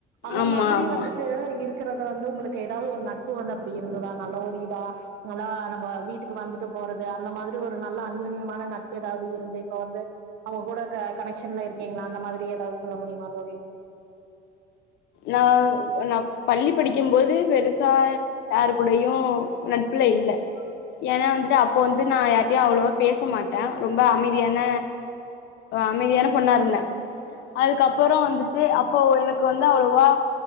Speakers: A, on the right; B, on the left.
A: அந்த
B: ஆமா
A: மாதிரி
B: ஆமா
A: வந்துட்டு இருக்கறத வந்து உங்களுக் க்கு ஏதாவது ஒரு நட்பு வந்து அப்படி இருந்ததா நல்ல ஒரு இதா நல்லா நம்ம வீட்டுக்கு வந்துட்டு போறது அந்த மாதிரி ஒரு நல்ல அநயூனியமான நட்பு ஏதாவது இருந்து இப்ப வந்து அவங்க கூட கனெக்ஷன்ல இருக்கீங்களா அந்த மாதிரி ஏதாது சொல்ல முடியுமா தோழி
B: நான் நான் பள்ளி படிக்கும் போது பெருசா யாரு கூடயையும் நட்புல இல்ல ஏனா வந்துட்டு அப்போ வந்து நா டய்யு அவ்வளோவா பேச மாட்டேன் ரொம்ப அமைதியான அமைதியான பொண்ணா இருந்த அதுக்கப்ரோ வந்துட்டு அப்போ எனக்கு வந்து அவ்வளோவா